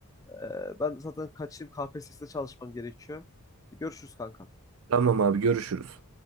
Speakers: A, on the left; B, on the right.
A: e, ben zaten kaçayım KPSS'de çalışmam gerekiyor. E, Görüşürüz kankam.
B: Tamam abi görüşürüz.